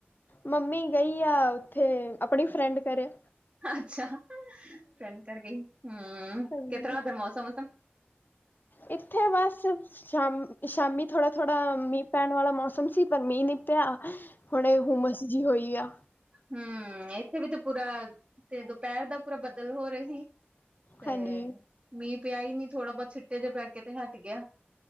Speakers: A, on the left (about 55°); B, on the right (about 35°).
A: ਮੰਮੀ ਗਈ ਆ। ਉੱਥੇ, ਆਪਣੀ ਫਰੈਂਡ ਕਰੇ।
B: ਅੱਛਾ, ਫਰੈਂਡਫ ਘਰ ਗਈ। ਹੂੰ,
A: ਹਾਂਜੀ
B: ਕਿਤਰਾ, ਉਥੇ ਮੌਸਮ- ਮੂਸਮ।
A: ਇੱਥੇ ਬਸ, ਸ਼ਾਮ ਸ਼ਾਮੀ। ਥੋੜਾ- ਥੋੜਾ, ਮੀਂਹ ਪੈਣ ਵਾਲਾ ਮੌਸਮ ਸੀ। ਪਰ ਮੀਂਹ ਨਹੀਂ ਪਿਆ। ਹੁਣੇ ਹੁਮਸ ਜਿ ਹੋਈ। ਕੀਆ
B: ਹੂੰ, ਇੱਥੇ ਵੀ ਤੇ ਪੂਰਾ, ਤੇ ਦੁਪਹਿਰ ਦਾ ਪੂਰਾ ਬਦਲ ਹੋ, ਰਹਾ ਸੀ। ਤੇ,
A: ਹਾਂਜੀ
B: ਮੀਂਹ ਪਿਆ ਹੀ ਨੀ। ਥੋੜਾ ਬਹੁਤ ਛਿੱਟੇ ਜੇ ਪੈਕੇ ਤੇ ਹਟ ਗਿਆ।